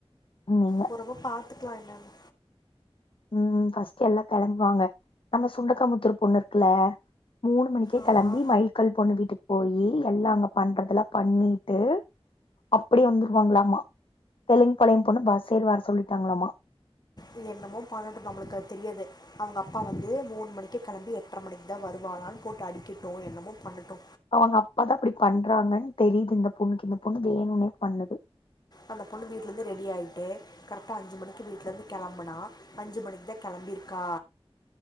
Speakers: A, on the left (about 60°); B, on the left (about 40°).
A: நீங்க
B: போறப்ப பாத்துக்கலா என்னன்னு
A: ம் ஃபர்ஸ்ட்டு எல்லா கெளம்புவாங்க நம்ம சுண்டக்காமுத்தூர் பொண்ணு இருக்குல மூணு மணிக்கே
B: ஆமா
A: கெளம்பி மயில்கல் பொண்ணு வீட்டுக்கு போயி எல்லா அங்க பண்றதுல்லா பண்ணிட்டு அப்படியே வந்துருவாங்களாமா தெலுங்கு பாளையம் பொண்ணு பஸ்சேரி வர சொல்லிட்டாங்களாமா
B: இது என்னமோ பன்னட்டு நம்மளுக்கு அது தெரியாது அவங்க அப்பா வந்து மூணு மணிக்கு கெளம்பி எட்ரை மணிக்கு தா வருவா ஆளாலுக் போட்டு அடிக்கட்டு என்னமோ பண்ணட்டு
A: அவங்கப்பாதா அப்டி பண்றாங்கன் தெரியுது இந்த பொண்ணுக்கு இந்த பொண்ணு வேணுனே பண்ணுது
B: அந்த பொண்ணு வீட்லருந்து ரெடி ஆயிட்டு கரெக்ட்டா அஞ்சு மணி வீட்லந்து கெளம்பனா அஞ்சு மணிக்கு தா கெளம்ப அபிர்க்கா